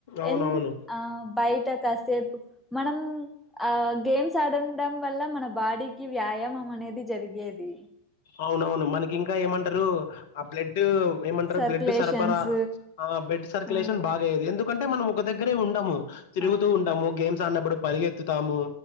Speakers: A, on the left; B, in the centre.
A: అవునవును
B: ఎన్. ఆ బయట కాసేపు మనం ఆ గేమ్స్ ఆడడం వల్ల మనం. బాడీకి వ్యాయామం అనేది జరిగేది.
A: అవునవును మనకి ఇంకా ఏమంటారు. ఆ బ్లడ్ ఏమంటరు
B: సర్క్యులేషన్స్
A: బ్లడ్ సరఫరా ఆ బ్లడ్ సర్క్యులేషన్
B: ఆ
A: బాగా అయ్యది ఎందుకు. కంటే మనం ఒక దగ్గరే ఉండము. తిరుగుతూ
B: ఆ
A: ఉంటాము గేమ్స్ ఆన్నప్పుడు పరిగెత్తుతాము.